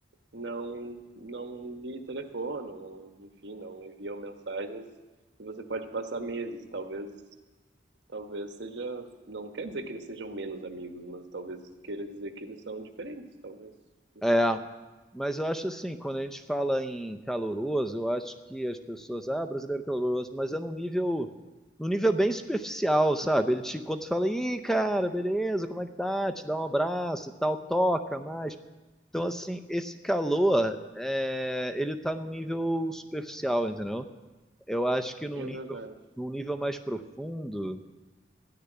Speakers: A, on the right; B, in the centre.
A: não não lhe telefonam, enfim, não enviam mensagens e você pode passar meses, talvez talvez seja, não quer dizer que eles sejam menos amigos, mas talvez queira dizer que eles são diferentes, talvez, não
B: É,
A: sei.
B: mas eu acho assim, quando a gente fala em caloroso, eu acho que as pessoas, ah, brasileiro é caloroso, mas é num nível, num nível bem superficial, sabe? Ele te, quando tu fala, ih, cara, beleza, como é que tá? Te dá um abraço e tal, toca mais. Então, assim, esse calor, é, ele tá num nível superficial, entendeu? Eu acho que num
A: É
B: nível,
A: verdade.
B: num nível mais profundo,